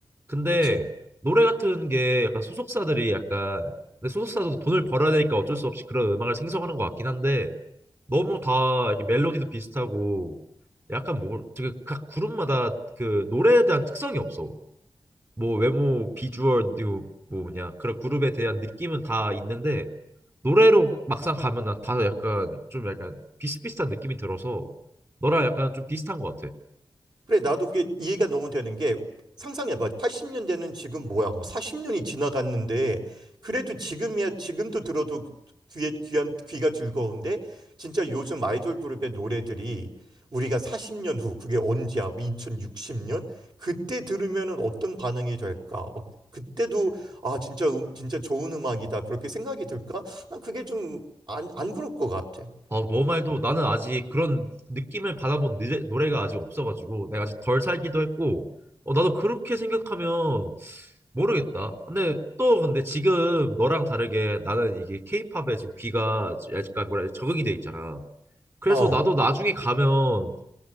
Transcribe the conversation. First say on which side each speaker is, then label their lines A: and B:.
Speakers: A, on the right; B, on the right.
A: 근데
B: 그치?
A: 노래 같은 게 약간 소속사들이 약간 근데 소속사도 돈을 벌어야 되니까 어쩔 수 없이 그런 음악을 생성하는 것 같긴 한데 너무 다 이렇게 멜로디도 비슷하고 약간 뭐 되게 각 그룹마다 그 노래에 대한 특성이 없어. 뭐 외모, 비주얼, 뭐 뭐냐 그런 그룹에 대한 느낌은 다 있는데 노래로 막상 가면 난 다 약간 좀 약간 비슷비슷한 느낌이 들어서 너랑 약간 좀 비슷한 것 같아.
B: 그래, 나도 그게 이해가 너무 되는 게 상상해봐. 80년대는 지금 뭐야? 뭐 40년이 지나갔는데 그래도 지금이야 지금도 들어도 귀에 귀한 귀가 즐거운데 진짜 요즘 아이돌 그룹의 노래들이 우리가 40년 후 그게 언제야? 뭐 2060년 그때 들으면은 어떤 반응이 될까? 막 그때도 아 진짜 음- 진짜 좋은 음악이다 그렇게 생각이 들까? 난 그게 좀 안 안 그럴 것 같아.
A: 아, 너 말도 나는 아직 그런 느낌을 받아본 노래, 노래가 아직 없어가지고 내가 아직 덜 살기도 했고 어, 나도 그렇게 생각하면 모르겠다. 근데 또 근데 지금 너랑 다르게 나는 이게 케이팝에 지금 귀가 약간 뭐라 해야 돼 적응이 돼 있잖아. 그래서
B: 어,
A: 나도 나중에 가면